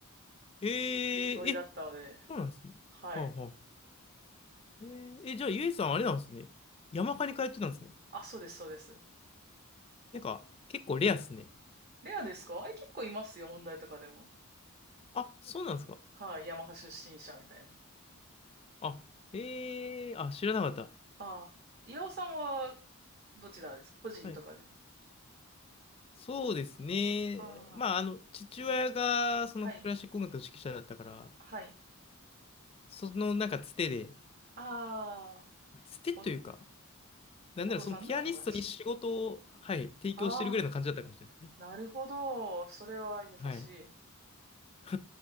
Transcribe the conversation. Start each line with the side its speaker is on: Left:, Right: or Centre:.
Left: えー、
Right: ノリだったので、
Left: え、そうなんですね。
Right: はい。
Left: はあはあ。えー、え、じゃあゆえさんあれなんですね。山科に通ってたんですね。
Right: あ、そうです、そうです。
Left: なんか、結構レアっすね。
Right: レアですかえ、結構いますよ、音大とかでも。
Left: あ、そうなんですか。
Right: はい、ヤマハ出身者みたいな。
Left: あ、えー、あ、知らなかった。
Right: ああ、岩尾さんはどちらですか個人とかで。
Left: はい。そうですね。
Right: ああ、
Left: まあ、あの、父親がそのクラシック音楽の指揮者だったから、
Right: はい、はい。
Left: そのなんかつてで、
Right: ああ、
Left: つてというか、
Right: お
Left: なんならそのピアニストに仕事を、
Right: お父さんのお友達。
Left: はい、提供してるぐらいの感じだったかもしれないですね。
Right: ああ、なるほど。それは優しい。
Left: はい。<laughs> そう